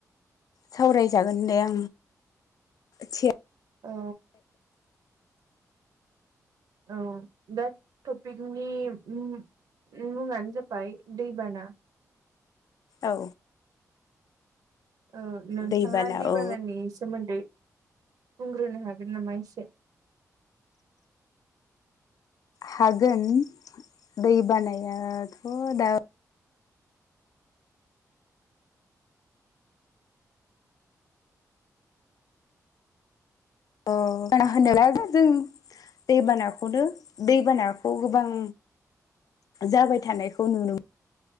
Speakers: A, on the left (about 70°); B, on the right (about 80°).
A: सावरायजागोन दे आ थि
B: औ। औ दा टपिकनि उम मुङानो जाबाय दैबाना।
A: औ।
B: ओ नोंथाङा
A: दैबाना
B: दैबानानि
A: औ
B: सोमोन्दै बुंग्रोनो हागोन नामा एसे?
A: हागोन दै बानायाथ' दा अ <unintelligible> जों दैबानाखौनो दैबानाखौ गोबां जाबाय थानायखौ नुनो